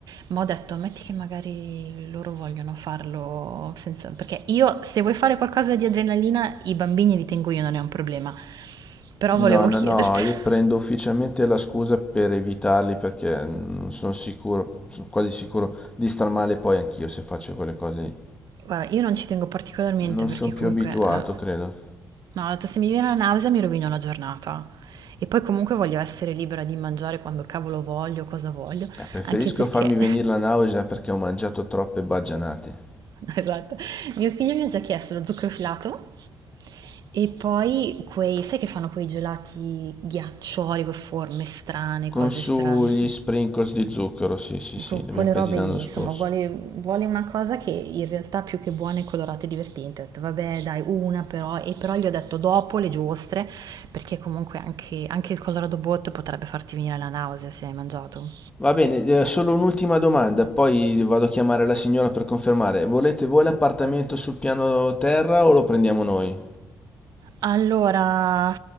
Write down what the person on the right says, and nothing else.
ma ho detto, ammetti che magari loro vogliono farlo senza, perché io se vuoi fare qualcosa di adrenalina, i bambini li tengo io, non è un problema, però
volevo
chiederti.
<laughs>
Guarda, io non ci tengo particolarmente
perché
comunque
eh,
No, ho detto, se mi viene la nausea mi rovino la giornata. E poi comunque voglio essere libera di mangiare quando cavolo voglio, cosa voglio,
anche perché,
<laughs> esatto, mio figlio mi ha già chiesto lo zucchero filato e poi quei, sai che fanno quei gelati ghiaccioli con forme strane,
cose
strane?
Mm.
Co-
quelle
robe
lì,
insomma, vuole, vuole una cosa che in realtà più che buona è colorata e divertente. Ho detto, vabbè, dai, una però, e però gli ho detto dopo le giostre, perché comunque anche, anche il Colorado Bot potrebbe farti venire la nausea se hai mangiato.
Allora,